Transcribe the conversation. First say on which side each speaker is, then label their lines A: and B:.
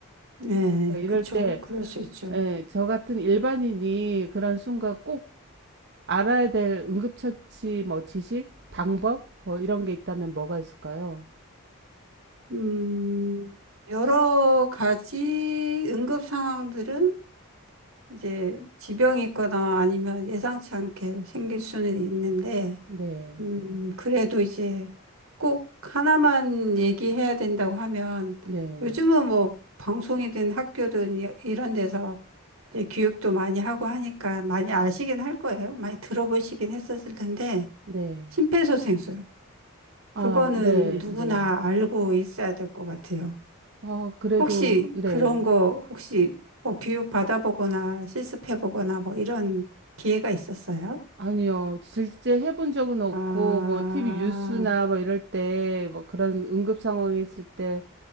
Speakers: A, on the right; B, on the right.
A: 예,
B: 그러니까 이럴
A: 그쵸.
B: 때,
A: 그럴 수 있죠.
B: 예, 저 같은 일반인이 그런 순간 꼭 알아야 될 응급처치 뭐 지식, 방법 뭐 이런 게 있다면 뭐가 있을까요?
A: 음, 여러 가지 응급 상황들은 이제 지병이 있거나 아니면 예상치 않게 생길 수는 있는데,
B: 네,
A: 음, 그래도 이제 꼭 하나만 얘기해야 된다고 하면
B: 네,
A: 요즘은 뭐 방송이든 학교든 이- 이런 데서 이제 교육도 많이 하고 하니까 많이 아시긴 할 거예요. 많이 들어보시긴 했었을 텐데
B: 네.
A: 심폐소생술
B: 아,
A: 그거는
B: 네,
A: 누구나
B: 네.
A: 알고 있어야 될 것 같아요.
B: 아, 그래도
A: 혹시
B: 네.
A: 그런 거 혹시 뭐 교육 받아보거나 실습해보거나 뭐 이런 기회가 있었어요?
B: 아니요. 실제 해본 적은 없고
A: 아,
B: 뭐 TV 뉴스나 뭐 이럴 때 뭐 그런 응급 상황이 있을 때